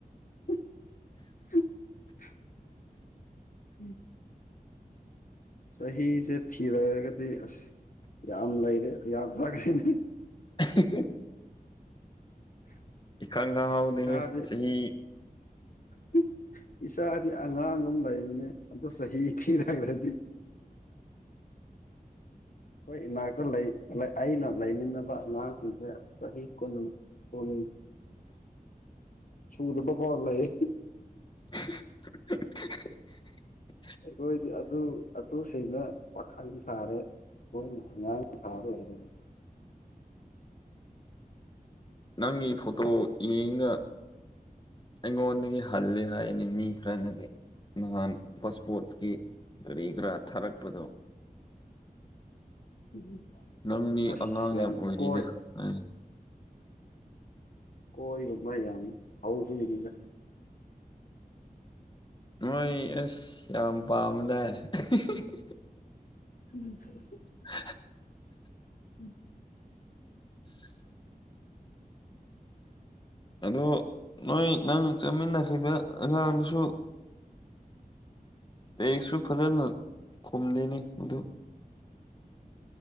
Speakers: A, on the left (about 60°); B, on the left (about 30°).
A: <unintelligible> ꯆꯍꯤꯁꯦ ꯊꯤꯔꯑꯒꯗꯤ ꯑꯁ ꯌꯥꯝ ꯂꯩꯔꯦ ꯌꯥꯝ ꯆꯥꯕ <unintelligible>
B: <unintelligible>
A: <inaudible>
B: ꯏꯈꯪꯪ ꯈꯪꯍꯥꯎꯗꯦꯍꯦ
A: ꯏꯁꯥꯗꯤ
B: ꯆꯍꯤ
A: <unintelligible> ꯏꯁꯥꯗꯤ ꯑꯉꯥꯡꯒꯨꯝ ꯂꯩꯕꯅꯦ ꯑꯝꯇ ꯆꯍꯤ ꯊꯤꯔꯛꯑꯗꯤ ꯈꯣꯏ ꯏꯅꯥꯛꯇ ꯂꯩ ꯂ ꯑꯩꯅ ꯂꯩꯃꯤꯟꯅꯕ ꯑꯉꯥꯡꯁꯤꯡꯁꯦ ꯆꯍꯤ ꯀꯨꯟ ꯀꯨꯟ ꯁꯨꯗ꯭ꯔꯤꯕ ꯐꯥꯏ ꯂꯩꯌꯦ꯫
B: <unintelligible>
A: ꯑꯩꯈꫭꯏꯗꯤ ꯑꯗꯨ ꯑꯗꯨ ꯁ ꯑꯩꯅ ꯄꯥꯈꯪ ꯁꯥꯔꯦ ꯊꯃꯣꯏꯅ ꯑꯉꯥꯡ ꯁꯔꯒ ꯂꯩꯔꯕꯅꯦ
B: ꯅꯪꯒꯤ ꯐꯣꯇꯣ ꯌꯦꯡꯒꯥ ꯑꯩꯉꯣꯟꯗꯒꯤ ꯍꯜꯂꯦ ꯍꯥꯏꯌꯦꯅꯦ ꯃꯤ ꯈꯔꯅꯗꯤ ꯅꯍꯥꯟ ꯄꯥꯁꯄꯣꯔꯠꯀꯤ ꯀꯔꯤ ꯀꯔꯥ ꯊꯥꯔꯛꯄꯗꯣ
A: <unintelligible>
B: ꯅꯪꯗꯤ
A: ꯑꯁ
B: ꯑꯉꯥꯡ ꯌꯥꯝ ꯑꯣꯏꯔꯤꯗ
A: ꯀꯣꯏ
B: <unintelligible>
A: ꯀꯣꯏ ꯒꯨꯝꯕ ꯌꯥꯝ ꯍꯧꯕꯒꯤꯅꯤꯅ
B: ꯅꯣꯏ ꯑꯁ ꯌꯥꯝ ꯄꯥꯝꯕꯗꯥꯏ <unintelligible>
A: <unintelligible>
B: <unintelligible>
A: <unintelligible>
B: <inaudible> ꯑꯗꯣ ꯅꯣꯏ ꯅꯪ ꯆꯠꯃꯤꯟꯅꯈꯤꯕ ꯑꯉꯥꯡꯗꯨꯁꯨ ꯇꯦꯛꯁꯨ ꯐꯖꯟꯅ ꯈꯨꯝꯗꯦꯅꯤ ꯃꯗꯨ